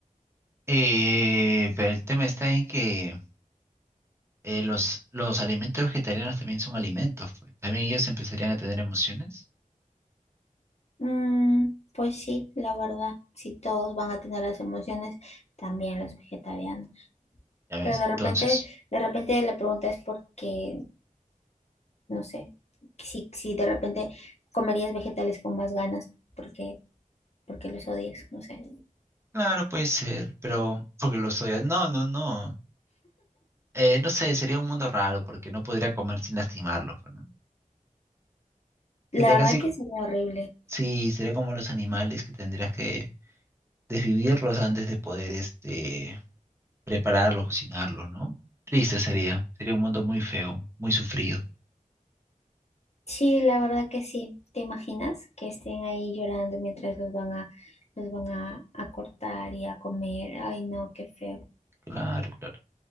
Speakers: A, on the right; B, on the left.
A: Eh, pero el tema está en que eh, los, los alimentos vegetarianos también son alimentos, pues. También ellos empezarían a tener emociones,
B: Mm, pues sí, la verdad, si todos van a tener las emociones, también los vegetarianos.
A: ¿ya ves?
B: Pero de
A: Entonces,
B: repente, de repente la pregunta es porque, no sé, si, si de repente comerías vegetales con más ganas, porque, porque los odias, no sé.
A: claro, puede ser, pero porque lo soy. No, no, no. Eh, no sé, sería un mundo raro porque no podría comer sin lastimarlos, pues, ¿no?
B: La
A: Sería
B: verdad
A: casi,
B: que
A: co-
B: sería horrible.
A: sí, sería como los animales que tendrías que desvivirlos antes de poder, este prepararlos, cocinarlos, ¿no? Triste sería, sería un mundo muy feo, muy sufrido.
B: Sí, la verdad que sí. ¿Te imaginas que estén ahí llorando mientras los van a, los van a, a cortar y a comer? Ay, no, qué feo,
A: Claro, claro,